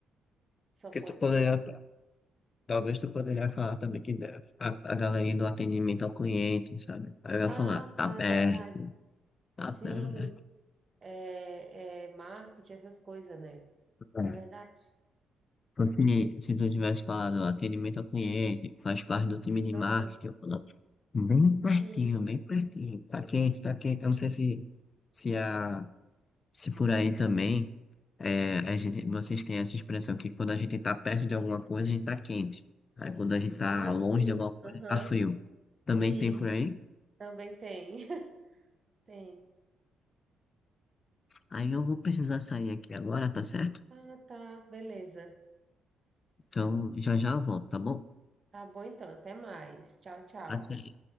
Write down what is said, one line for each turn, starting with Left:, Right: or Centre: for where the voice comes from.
Right: só
Left: Porque
Right: pode
Left: tu poderia
Right: ser.
Left: Talvez tu poderia falar também que deve- a, a galerinha do atendimento ao cliente, sabe? Aí vai
Right: Ah,
Left: falar, tá
Right: tá,
Left: aberto,
Right: é verdade.
Left: tá
Right: Sim,
Left: aberto.
Right: é, é marketing, essas coisas, né?
Left: É.
Right: É verdade?
Left: Então, Se, se tu tivesse falado atendimento ao cliente, faz parte do time de marketing,
Right: Aham,
Left: eu falo, bem pertinho,
Right: Sim.
Left: bem pertinho, tá quente, tá quente. Eu não sei se, se, a, se por aí também é, a gente, vocês têm essa expressão que quando a gente tá perto de alguma coisa, a gente tá quente. Aí quando a gente tá
Right: Ah,
Left: longe
Right: sim.
Left: de alguma coisa,
Right: Aham.
Left: tá frio. Também
Right: E
Left: tem por aí?
Right: também tem. <laughs> Tem.
Left: Aí eu vou precisar sair aqui agora, tá certo?
Right: Ah, tá, beleza.
Left: Então já já eu volto, tá bom?
Right: Tá bom então, até mais. Tchau, tchau.
Left: Até aí.